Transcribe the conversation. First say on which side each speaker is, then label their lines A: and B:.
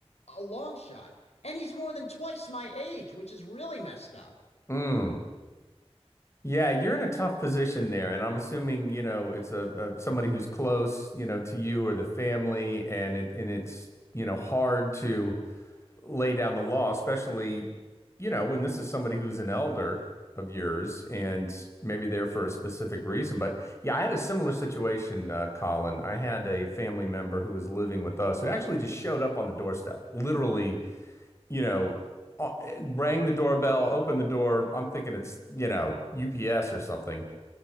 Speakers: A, on the left; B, on the left.
A: a long shot. And he's more than twice my age, which is really messed up.
B: Mm. Yeah, you're in a tough position there, and I'm assuming, you know, it's a, a somebody who's close, you know, to you or the family, and it and it's, you know, hard to lay down the law, especially, you know, when this is somebody who's an elder of yours and maybe there for a specific reason. But yeah, I had a similar situation, uh, Colin. I had a family member who was living with us who actually just showed up on the doorstep, literally you know, uh, rang the doorbell, opened the door. I'm thinking it's, you know, UPS or something.